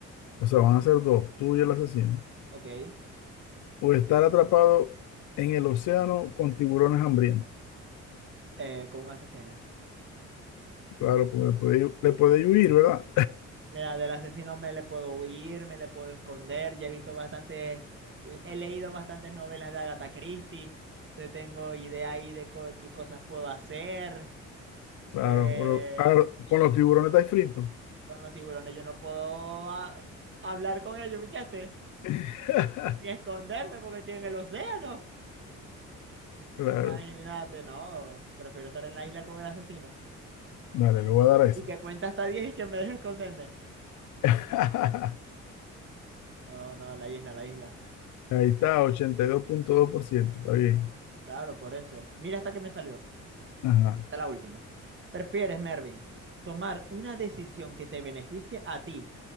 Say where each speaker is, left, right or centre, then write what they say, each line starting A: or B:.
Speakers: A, on the left; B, on the right.
A: O sea, van a ser dos, tú y el asesino.
B: ok.
A: ¿O estar atrapado en el océano con tiburones hambrientos?
B: Eh, con un asesino.
A: Claro, porque le podéis le podéis huir, ¿verdad?
B: Mira, del asesino me le puedo huir, me le puedo esconder. Ya he visto bastante, he leído bastantes novelas de Agatha Christie. Entonces tengo idea ahí de co- qué cosas puedo hacer.
A: Claro,
B: Eh,
A: pero- claro, con los tiburones estáis fritos.
B: con los tiburones yo no puedo ah, hablar con ellos, ¿viste? Este,
A: <laughs>
B: Ni esconderme porque estoy en el océano.
A: Claro,
B: Imagínate, no. Prefiero estar en la isla con el asesino.
A: dale, le voy a dar a esa.
B: Y que cuenta hasta 10 y que me deje esconderme.
A: <laughs>
B: No, no, la isla, la isla.
A: Ahí está, ochenta y dos dos punto dos por ciento, está bien.
B: Claro, por eso. Mira hasta que me salió.
A: Ajá.
B: Esta es la última. ¿Prefieres, Mervin, tomar una decisión que te beneficie a ti,